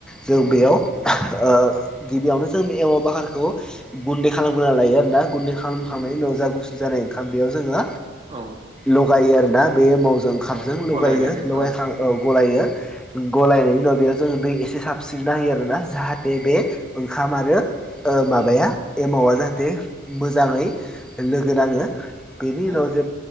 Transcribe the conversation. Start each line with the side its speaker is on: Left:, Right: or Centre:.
Centre: जों
Right: औ
Centre: बेयाव ओ गिबियावनो जों एमाव पाहारखौ गुन्दै खालामग्रोनानै लायो आरोना गुन्दै खालामखांनायनि
Right: नंगौ
Centre: उनाव जा गुसु जानाय ओंखाम बेयाव जोङो
Right: औ
Centre: लगायो आरोना बे मावजों ओंखामजों
Right: औ
Centre: लगायो
Right: गलायदेरो
Centre: लगायखां
Right: उम
Centre: औ गलायो गलायनायनि उनाव बेयाव जोङो दै एसे साबस्रिना होयो आरोना जाहाथे बे ओंखाम आरो ओ माबाया
Right: औ
Centre: एमावा जाहाथे मोजाङै लोगो नाङो बेनि
Right: औ
Centre: उनाव जे